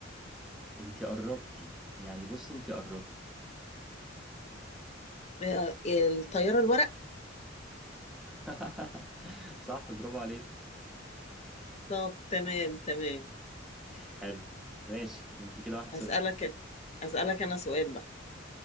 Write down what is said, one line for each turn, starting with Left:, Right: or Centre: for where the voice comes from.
Centre: انتي قربتي يعني بصي انتي قربتي
Left: آه، الطيارة الورق
Centre: <laughs> صح برافو عليك
Left: طب تمام تمام
Centre: حلو ماشي انتي كده واحد صفر
Left: هسألك هسألك أنا سؤال بقى